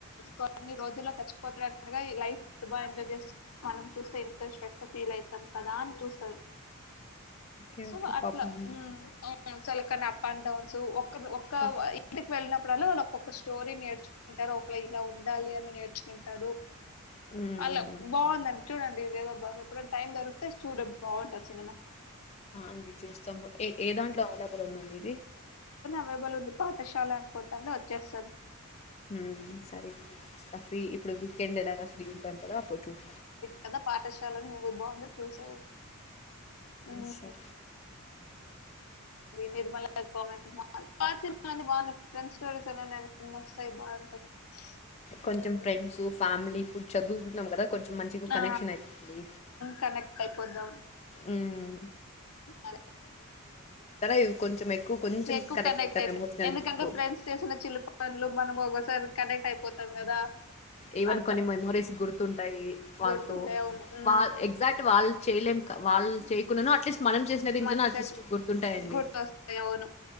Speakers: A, on the left (about 75°); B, on the left (about 30°).
A: కొన్ని రోజుల్లో చచ్చిపోతనన్నగా లైఫ్ బా ఎంజాయ్ చేస్త మనం చూస్తే ఇంతస్ ఫీల్ అయితాం కదా అని చూస్తరు
B: ఓకే.
A: So
B: okay.
A: అట్లా
B: పాపం. హ్మ్.
A: ఉమ్ చలకని అప్ అండ్ డౌన్స్ ఒక్క ఒక్క
B: ఆ!
A: ఇంటికి వెళ్ళిన అప్పుడల్లా వాళ్ళు ఒక్కొక్క స్టోరీ నేర్చుకుంటారు ఒకళ ఇలా ఉండాలి అని నేర్చుకుంటారు
B: హ్మ్. హ్మ్.
A: అలా
B: హ్మ్.
A: బాగుందండి చూడండి ఇదేదో ఎప్పుడైన టైం దొరికితే చూడు బాగుంటది సినిమా
B: ఆ అండి చూస్తాం ఏ ఏ దాంట్లో అవైలబుల్ ఉందండి ఇది
A: అవైబల్ ఉంది పాఠశాల అనుకుంటాను వచ్చేస్తది
B: ఉ సరే ఫ్రీ ఇప్పుడు వీకెండ్ ఎలాగ ఫ్రీ ఉంటాను కదా అప్పుడు చూడు
A: కథా పాఠశాలను నువ్వు బాగుంది చూసేయి మ్
B: సర
A: నిర్మలా కామెంట్ మా అ బాగున్నాయి ఫ్రెండ్ స్టోరీస్ అన్న వస్తాయి బాగుంటాయి
B: కొంచెం
A: మ్
B: ఫ్రెండ్స్ ఫ్యామిలీ ఇప్పుడు చదువుకుంటన్నాం కదా కొంచెం మంచిగా
A: ఆ
B: కనెక్షన్ అవుతుంది
A: కనెక్ట్ అయిపోతము
B: ఉమ్
A: అద
B: ఇవి కొంచెం ఎక్కువ కొంచెం
A: ఎక్కువ కనెక్ట్
B: అయితాం
A: అయితే
B: ఎమోషనల్
A: ఎందుకంటే
B: ఎక్కువ.
A: ఫ్రెండ్స్ చేసిన చిలు పనులు మనం ఒకసారి కనెక్ట్ అయిపోతాం కదా
B: ఈవన్
A: అట్లా
B: కొన్ని మెమోరీస్ గుర్తుంటాయి వాళ్ళతో
A: గుర్తుంటాయి అవును మ్
B: వా ఎగ్జాక్ట్ వాళ్ళు చేయలేం వాళ్ళు చేయకుండాను అట్లీస్ట్ మనం చేసిన దీంట్లో
A: మంచిగా
B: అట్లీస్ట్ గుర్తుంటాయండి
A: గుర్తొస్తాయి అవును